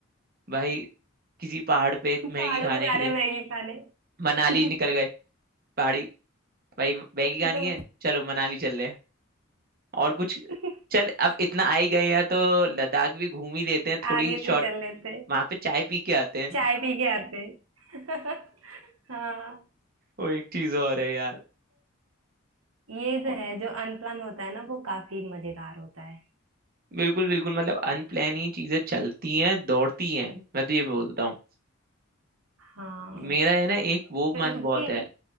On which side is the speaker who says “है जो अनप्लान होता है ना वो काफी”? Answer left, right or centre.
Right